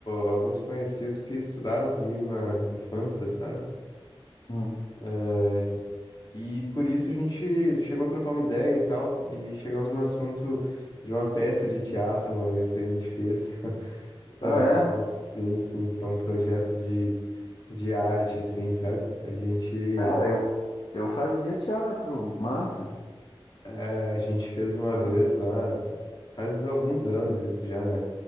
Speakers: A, on the left; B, on the left.
A: alguns conhecidos que estudaram comigo na infância, sabe?
B: Hum.
A: É, E por isso a gente chegou a trocar uma ideia e tal, e chegamos no assunto de uma peça de teatro uma vez que a gente fez <laughs> para
B: Ah, é?
A: sim, sim, para um projeto de, de arte assim, sabe? A gente
B: Cara, eu, eu fazia teatro, massa.
A: É, a gente fez uma
B: Ah.
A: vez lá, faz alguns anos isso já, né?